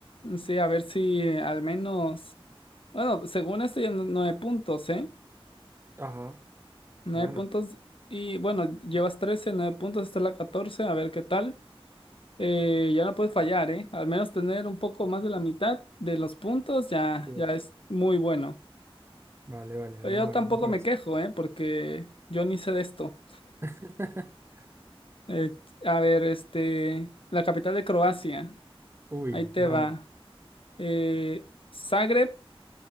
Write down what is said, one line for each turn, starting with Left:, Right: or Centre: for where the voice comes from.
Left: Sí, a ver si al menos, bueno, según esto ya no- nueve puntos, ¿eh?
Right: Ajá,
Left: Nueve
Right: bueno.
Left: puntos y bueno, llevas 13 nueve puntos, esta es la 14, a ver qué tal. Eh, ya no puedes fallar, ¿eh? Al menos tener un poco más de la mitad de los puntos ya,
Right: Sí.
Left: ya es muy bueno.
Right: Vale, vale,
Left: Pero
Right: vamos
Left: Yo tampoco
Right: a ver, vamos por
Left: me
Right: eso.
Left: quejo, ¿eh? Porque yo ni sé de esto.
Right: <laughs>
Left: Eh, a ver, este, la capital de Croacia.
Right: Uy,
Left: Ahí te
Right: vamos.
Left: va. Eh, Zagreb,